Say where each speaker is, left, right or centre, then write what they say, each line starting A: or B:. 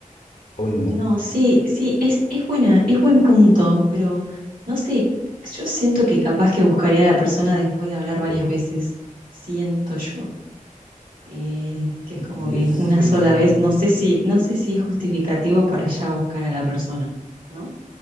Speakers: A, on the left; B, on the right.
A: o no.
B: no, sí, sí, es, es buena, es buen punto, pero no sé, yo siento que capaz que buscaría a la persona después de hablar varias
A: Sí.
B: veces. Siento yo. eh, que es como
A: Y
B: que
A: es-
B: una
A: sí,
B: sola
A: sí.
B: vez, no sé si, no sé si es justificativo para ya buscar a la persona, ¿no?